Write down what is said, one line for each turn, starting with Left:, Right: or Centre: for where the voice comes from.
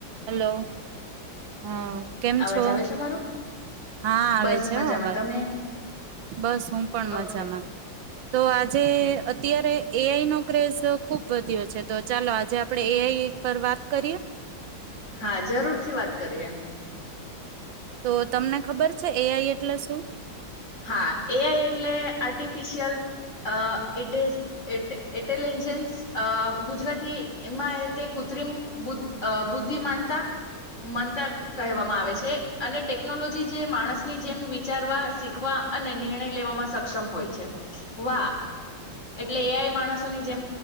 Right: Hello હ કેમ
Left: અવાજ
Right: છો
Left: આવે છે મારો
Right: હા આવે
Left: બસ
Right: છે
Left: મજામાં
Right: હો અવાજ.
Left: તમે
Right: બસ હું પણ મજામાં
Left: ઓકે
Right: તો આજે
Left: હમ.
Right: અત્યારે એઆઈ નો ક્રેઝ ખુબ વધ્યો છે, તો ચાલો આજે આપડણે એઆઈ પર વાત કરીએ.
Left: હા જરૂર થી વાત કરીએ.
Right: તો તમને ખબર છે એ આઈ એટલે શું.
Left: હા એ આઈ એટલે આર્ટી ફિશિયલ અ એટ ઇન્ટેલિજન્સ એ ગુજરાતી એમાં એ તે કૃત્રિમ બુદ્ધિ માનતા માનતા કહેવામાં આવે છે અને ટેકનોલોજી જે માણસની જેમ વિચારવા શીખવા અને નિર્ણય લેવામાં સક્ષમ હોય છે, વાહ એટલે એઆય માણસોની જેમ